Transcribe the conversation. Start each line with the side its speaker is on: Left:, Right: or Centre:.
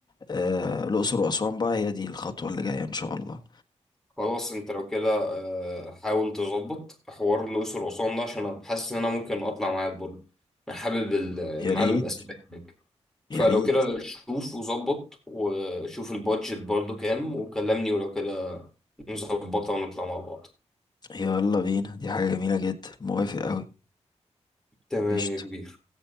Left: آه، الاقصر واسوان بقى هي دي الخطوه اللي جايه ان شاء الله
Centre: خلاص انت لو كده آه، حاول تظبط حوار الأقصر وأسوان ده عشان انا حاسس ان انا ممكن اطلع معاك برضه انا حابب ال- المعالم
Left: يا ريت
Centre: الأثرية هناك فلو
Left: يا ريت
Centre: كده شوف وظبط وشوف البادجت برضه كام وكلمني ولو كده نظبطها ونطلع مع بعض
Left: يلا بينا دي حاجة جميلة جدا موافق أوي
Centre: تمام
Left: قشطة
Centre: يا كبير